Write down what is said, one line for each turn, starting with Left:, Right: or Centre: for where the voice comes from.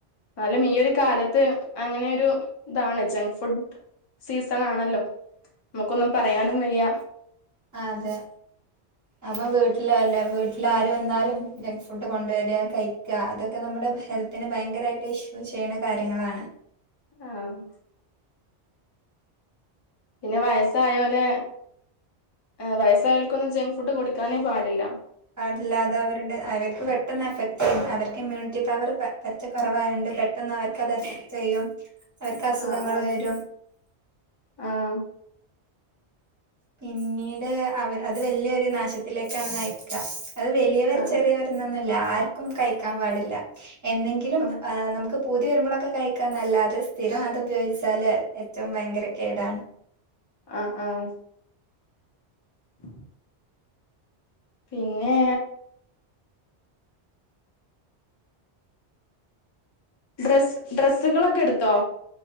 Left: എന്നാലും ഈ ഒരു കാലത്ത് അങ്ങനെയൊരു ഇതാണ്. ജങ്ക് ഫുഡ് സീസണാണല്ലോ. നമുക്കൊന്നും പറയാനും വയ്യ.
Right: അതെ.
Left: <unintelligible>
Right: നമ്മ വീട്ടില് അല്ല വീട്ടിൽ ആര് വന്നാലും ജങ്ക് ഫുഡ് കൊണ്ടുവരാ കഴിക്കാ അതൊക്കെ നമ്മുടെ ഹെൽ ത്തിന് ഭയങ്കരായിട്ട് ഇഷ്യൂ ചെയ്യ്ണ കാര്യങ്ങളാണ്.
Left: ആഹ്. പിന്നെ വയസ്സായോലെ ഏഹ് വയസ്സായോൽക്കൊന്നും ജങ്ക് ഫുഡ് കൊട്ക്കാനേ പാടില്ല.
Right: പാടില്ലാ അതവരുടെ അവർക്ക് പെട്ടെന്ന് എഫക്ട് ചെയ്യും അവർക്ക് ഇമ്മ്യൂണിറ്റി പവർ പ പ റ്റ കൊറവായോണ്ട് പെട്ടെന്നവർക്കത് എഫക്ട് ചെയ്യും. അവർക്ക് അസുഖങ്ങൾ
Left: ആഹ്ആഹ്
Right: വരും
Left: ആഹ്.
Right: പിന്നീട് അവർ അത് വലിയൊരു നാശത്തിലേക്കാണ് നയിക്കാ. അത് വലിയവർ
Left: ആഹ്
Right: ചെറിയവർ എന്നൊന്നുംല്ല. ആർക്കും കഴിക്കാൻ പാടില്ല എന്നെങ്കിലും
Left: ആഹ്
Right: നമുക്ക് പൂതി വരുമ്പളൊക്കെ കഴിക്കാന്നല്ലാതെ സ്ഥിരം അത് ഉപയോഗിച്ചാൽ ഏറ്റവും ഭയങ്കര കേടാണ്.
Left: ആഹ് ആഹ് <unintelligible> പിന്നെ ഡ്രസ്സ് ഡ്രസ്സുകളൊക്കെ ഇട്ത്തോ?